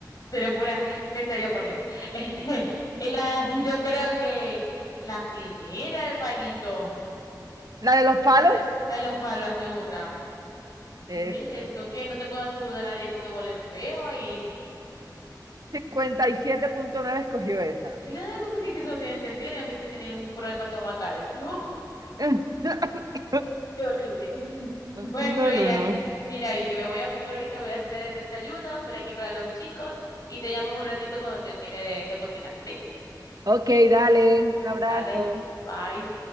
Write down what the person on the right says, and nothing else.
la de los palos,
eso
es.
cincuenta y siete punto nueve escogió esa.
<laughs>
No,
no, no.
Ok, dale,
un abrazo.